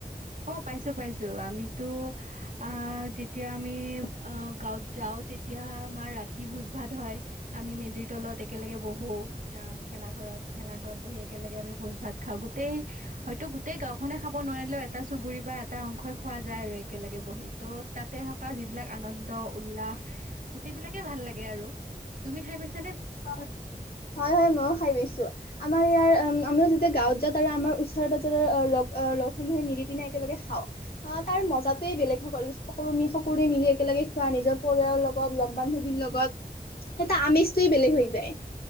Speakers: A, on the right (about 60°); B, on the left (about 85°).
A: অ, পাইছো পাইছো আমিতো অ, যেতিয়া আমি অ, গাঁৱত যাও। তেতিয়া আমাৰ ৰাতি ভোজ ভাত হয়। আমি মেজিৰ তলত একেলগে বহো আহ ভেলা ঘৰত ভেলা ঘৰত বহি একেলগে আমি ভোজ ভাত খাওঁ, গোটেই হয়তো গোটেই গাওখনে খাব নোৱাৰিলেও এটা চুবুৰী বা এটা অংশই খোৱা যায়, আৰু একেলগে বহি ত' তাতে থকা যিবিলাক আনন্দ উল্লাস গোটেইবিলাকে ভাল লাগে আৰু তুমি খাই পাইছা?
B: হয়, হয়, ময়ো খাই পাইছো। আমাৰ ইয়াৰ উ আমিও যেতিয়া গাঁৱত যাওঁ তাৰে আমাৰ ওচৰ পাজৰৰ আহ লগ লগসমূহে মিলি পিনে একেলগে খাওঁ। তাৰ মজাতয়ে বেলেগসকল সকলো সকলোৰে মিলি একেলগে খুৱোৱা নিজৰ পৰিয়ালৰ লগত লগ বান্ধৱীৰ লগত সেইটা <unintelligible> আমি হৈ, যায়।